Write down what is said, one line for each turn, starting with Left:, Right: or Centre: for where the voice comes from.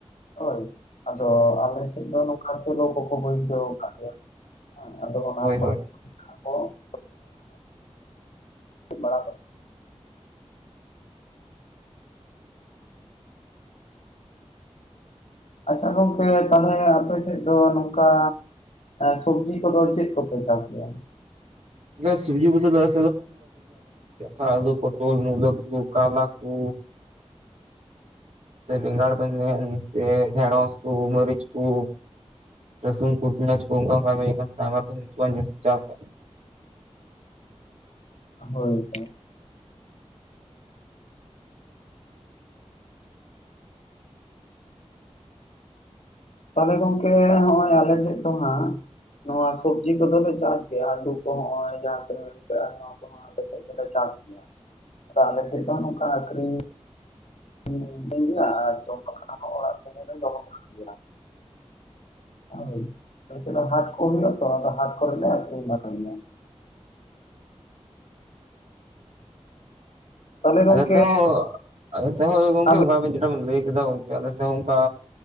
Left: ᱦᱳᱭ
Right: ᱟᱪᱪᱷᱟ
Left: ᱟᱫᱚ
Right: ᱟᱪᱪᱷᱟ
Left: ᱟᱞᱮ ᱥᱮᱫ ᱫᱚ ᱱᱚᱝᱠᱟ ᱥᱮᱞᱚ ᱠᱚᱠᱚ ᱵᱟᱹᱭᱥᱟᱹᱣ ᱟᱠᱟᱜ ᱜᱮᱭᱟ ᱦᱮ ᱟᱫᱚ ᱚᱱᱟ
Right: ᱦᱳᱭ
Left: ᱠᱚ <inaudible> ᱵᱟᱲᱟ <unintelligible> ᱟᱪᱪᱷᱟ ᱜᱚᱝᱠᱮ ᱛᱟᱦᱞᱮ ᱟᱯᱮ ᱥᱮᱫ ᱫᱚ ᱱᱚᱝᱠᱟ ᱥᱚᱵᱽᱡᱤ ᱠᱚᱫᱚ ᱪᱮᱫ ᱠᱚᱯᱮ ᱪᱟᱥ ᱜᱮᱭᱟ
Right: ᱡᱮ ᱥᱩᱵᱡᱤ ᱵᱚᱫᱚᱞ <unintelligible> ᱥᱟᱞᱩ ᱯᱚᱴᱚᱞ ᱢᱩᱞᱟ. ᱠᱚ ᱠᱟᱞᱞᱟ ᱠᱚ ᱥᱮ ᱵᱮᱸᱜᱟᱲ ᱵᱮᱱ ᱢᱮᱱ ᱥᱮ ᱰᱮᱲᱚᱸᱥ ᱠᱚ ᱢᱟᱹᱨᱤᱪ ᱠᱚ ᱨᱟᱥᱩᱱ ᱠᱚ ᱯᱮᱸᱭᱟᱡ ᱠᱚ <unintelligible>
Left: ᱦᱳᱭ ᱦᱳᱭ ᱛᱟᱦᱚᱞᱮ ᱜᱚᱝᱠᱮ ᱱᱚᱜᱼᱚᱭ ᱟᱞᱮ ᱥᱮᱫ ᱫᱚ ᱦᱟᱸᱜ ᱱᱚᱣᱟ ᱥᱚᱵᱽᱡᱤ ᱠᱚᱫᱚᱞᱮ ᱪᱟᱥ ᱜᱮᱭᱟ ᱟᱞᱩ ᱠᱚ ᱱᱚᱜᱚᱭ ᱡᱟᱦᱟᱸ ᱠᱚᱞᱮ ᱢᱮᱱ ᱠᱟᱜᱼᱟ ᱱᱚᱣᱟ ᱟᱞᱮ ᱥᱮᱫ ᱫᱚᱞᱮ ᱪᱟᱥ ᱜᱮᱭᱟ ᱟᱫᱚ ᱟᱞᱮ ᱥᱮᱫ ᱫᱚ ᱱᱚᱝᱠᱟ ᱟᱹᱠᱷᱨᱤᱧ ᱦ ᱜᱮᱭᱟ <inaudible> ᱡᱚᱢᱠᱷᱟᱱ ᱚᱲᱟᱜ ᱥᱮᱫ ᱫᱚᱦᱚ ᱜᱮᱭᱟ ᱦᱳᱭ ᱟᱞᱮᱥᱮᱫ ᱫᱚ ᱦᱟᱴ ᱠᱚ ᱦᱩᱭᱩᱜ-ᱟ ᱛᱚ ᱚᱱᱟᱛᱮ ᱦᱟᱴ ᱠᱚᱨᱮ ᱞᱮ ᱟᱠᱷᱨᱤᱧ ᱵᱟᱲᱟᱭᱟ ᱛᱟᱦᱚᱞᱮ ᱜᱚᱝᱠᱮ
Right: ᱟᱞᱮ ᱥᱮᱜ ᱦᱚᱸ ᱟᱞᱮ ᱥᱮᱜ ᱦᱚᱸ ᱜᱚᱝᱠᱮ
Left: ᱟᱵᱮᱱ
Right: ᱚᱱᱠᱟᱵ ᱡᱮᱴᱟ ᱵᱮᱱ ᱞᱟᱹᱭ ᱠᱮᱫᱟ ᱜᱚᱝᱠᱮ ᱟᱞᱮ ᱥᱮ ᱦᱚᱸ ᱚᱱᱠᱟ